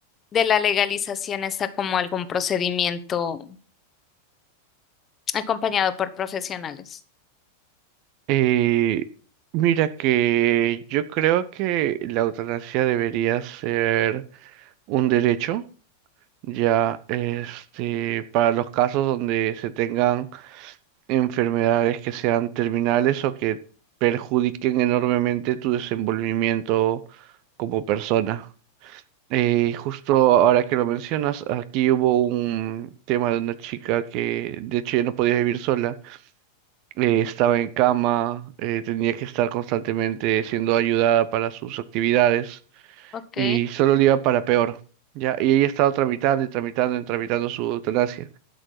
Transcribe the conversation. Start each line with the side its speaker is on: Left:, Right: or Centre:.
Left: ¿De la legalización está como algún procedimiento acompañado por profesionales?
Right: Eh, mira que yo creo que la eutanasia debería ser un derecho, ya este, para los casos donde se tengan enfermedades que sean terminales o que perjudiquen enormemente tu desenvolvimiento como persona. Eh, justo ahora que lo mencionas, aquí hubo un tema de una chica que de hecho ya no podía vivir sola. eh, estaba en cama, eh, tenía que estar constantemente siendo ayudada para sus actividades
Left: Ok.
Right: y solo le iba para peor, ¿ya? Y ella estaba tramitando y tramitando y tramitando su eutanasia